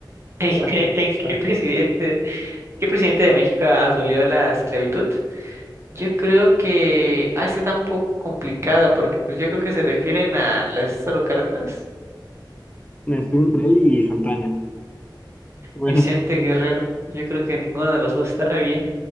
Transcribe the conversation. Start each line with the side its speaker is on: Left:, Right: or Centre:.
Right: ¿En qué, en qué presidente? ¿Qué presidente de México abolió la esclavitud? Yo creo que... Ah, esta está un poco complicada porque pues yo creo que se refieren a Lázaro Cárdenas,
Left: Estoy entre él y Santana. Bueno,
Right: Vicente Guerrero. Yo creo que ninguno de los dos está <laughs> bien.